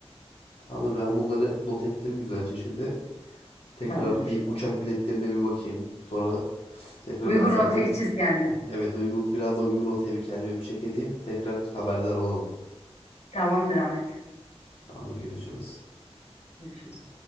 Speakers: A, on the left (about 60°); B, on the left (about 80°).
A: Tamamdır ben bunları not ettim güzelce şimdi. Tekrar
B: Tamamdır.
A: bir uçak biletlerine bir bakayım. Sonra tekrar
B: Uygun
A: ben senden
B: rotayı çiz kendine.
A: Evet uygun biraz da uygun rotaya bir kendime bir çek edeyim. Tekrar haberdar olalım.
B: Tamamdır Ahmet.
A: Tamamdır görüşürüz.
B: Görüşürüz.